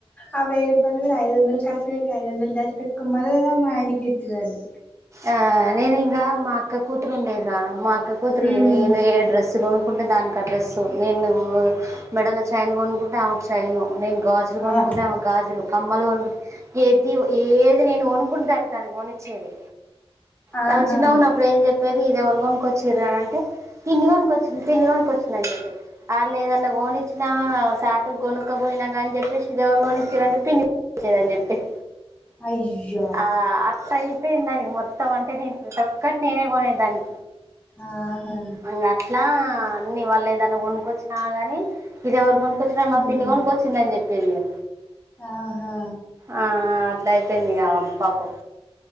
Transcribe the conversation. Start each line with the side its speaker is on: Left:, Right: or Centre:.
Left: ఆ వెయ్యి రూపాయలు కూడా ఐదు వందలు ఖర్చు పెట్టుకుని ఐదు వందలు దాచి పెట్టుకొని మల్ల మా ఆయనకి ఇచ్చేదాన్ని
Right: ఆ నేను ఇంకా మా అక్క కూతురు ఉండే కదా మా అక్క కూతురు
Left: ఉమ్
Right: నేను ఏ డ్రెస్ కొ నుకుంటే దానికి అడ్రస్సు నేను మెడల చైను కొనుక్కుంటే ఆమెకు చేయను నేను గాజులు కొనుకుంటే
Left: ఆ
Right: గాజులు కమ్మలు కొనుకుంట ఏది ఏది నేను కొను ఇప్పుడు దానికి అది కొని ఇచ్చేది
Left: ఆహా
Right: నాకు చిన్నగా ఉన్న అప్పుడు ఏం చెప్ప బేబీ ఇది ఎవరు కొనుకొచ్చారు అని అంటే పిన్ని కొనుకొచ్చింది పిన్ని కొనుక వచ్చింది అని చెప్పి అల్లు ఏదైనా కొనిచ్చిన సాటుకు కోనుక్కపోయినా కాని చెప్పేసి ఎవరు కొనిచ్చారంటే పిన్ని కొనీచేది అని చెప్పేది
Left: అయ్యా
Right: ఆ అట్లా అయిపోయింది దానికి మొత్తం అంటే దీనికి ప్రతి ఒక్కటి నీనే కొనిచ్చే దాని
Left: ఆహా
Right: ఇగ అట్లా అన్ని వాళ్ళు ఏదైనా కొనుక్కొచ్చినా గానీ ఇది ఎవరు కొనుకొచ్చిన మా
Left: ఉమ్
Right: పిన్ని కొనుకొచ్చిందని చెప్పేది ఆ
Left: ఆహా
Right: ఆ అట్లా అయిపోయింది ఇగ ఆమెకు పాపం